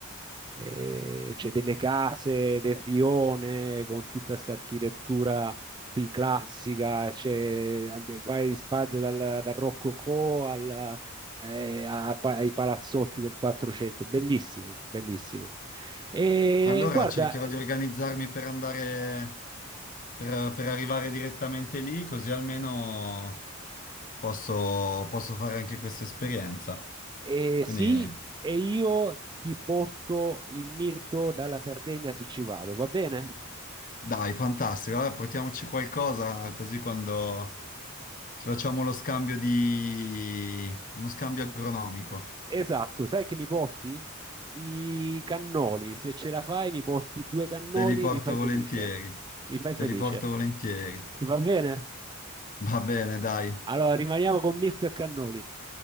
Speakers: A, on the right; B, on the left.
A: eh, c'è delle case del rione con tutta questa architettura qui classica, c'è, ande- vai in Spagna dal, dal Rococò al- eh, a- pa- ai palazzotti del 400, bellissimo, bellissimo. E
B: Allora
A: guarda,
B: cercherò
A: eh,
B: di organizzarmi per andare per, per arrivare direttamente lì, così almeno posso, posso fare anche questa esperienza.
A: eh,
B: Quindi
A: sì, e io ti porto il mirto dalla Sardegna se ci vado, va bene?
B: dai, fantastico. Allora, portiamoci qualcosa così quando ci facciamo lo scambio di... uno scambio agronomico.
A: Esatto, sai che mi porti? I cannoli, se ce la fai mi porti due cannoli,
B: Te li porto
A: mi fai felice.
B: volentieri.
A: Mi fai felice.
B: Te li porto volentieri.
A: Va bene?
B: Va bene, dai.
A: Allora rimaniamo con Mirto e cannoli.